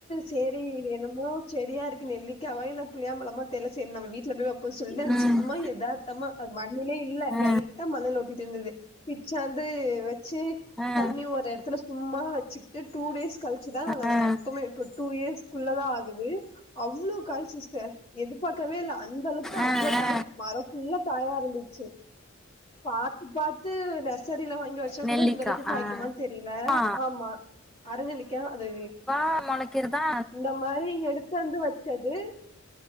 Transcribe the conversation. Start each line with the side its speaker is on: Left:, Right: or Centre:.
Left: சேரி இது என்னமோ செடியா இருக்கு நெல்லிக்காவா இல்ல புளியாம்பழமா தெரியல சேரி நம்ம வீட்டுல போய் வெப் போம் சொல்லி அது
Centre: ம் ம்
Left: சும்மா எதார்த்தமா அது மண்ணிலே இல்ல
Centre: ஆ
Left: லைட் டா மண்ணுல ஒட்டிட்டு இருந்தது பிச்சாந்து வெச்சு
Centre: ஆ
Left: தண்ணி ஒரு எடத்துல சும்மா வச்சுட்டு டூ டேஸ் கழிச்சுதான் நாங்க அத
Centre: ஆ
Left: நட்டுமே இப்போ டூ இயர்ஸ் குள்ளதான் ஆகுது அவ்வளோ காய் சிஸ்டர் எதிர்பார்க்கவே இல்ல அந்தளவுக்கு
Centre: ஆ
Left: அவ்வளோ
Centre: ஆ
Left: காய் மர ஃபுல்லு காயா இருந்துச்சு பாத்து பாத்து நர்சரில வாங்கி வச்சா
Centre: நெல்லிக்கா
Left: கூட இந்த அளவுக்கு காய்க்குமானு
Centre: ஆ
Left: தெரியில
Centre: ஆ
Left: ஆம்மா அறநெல்லிக்கா அது
Centre: ஆ மொளக்கிறதா
Left: இந்த மாரி எடுத்தாந்து வச்சது